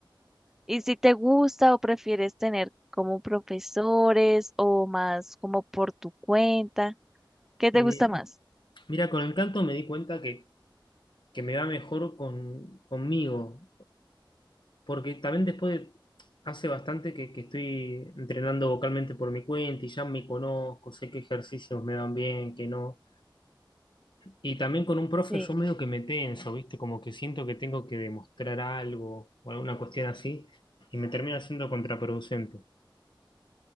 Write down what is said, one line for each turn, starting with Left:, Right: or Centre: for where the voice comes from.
Centre: ¿Y si te gusta o prefieres tener como profesores o más como por tu cuenta? ¿Qué
Left: Eh,
Centre: te gusta más?
Left: mira, con el canto me di cuenta que, que me va mejor con, conmigo. porque también después de- hace bastante que, que estoy entrenando vocalmente por mi cuenta y ya me conozco, sé qué ejercicios me van bien, qué no. Y también con un profe
Centre: Sí.
Left: yo medio que me tenso, ¿viste? Como que siento que tengo que demostrar algo o alguna cuestión así y me termina siendo contraproducente.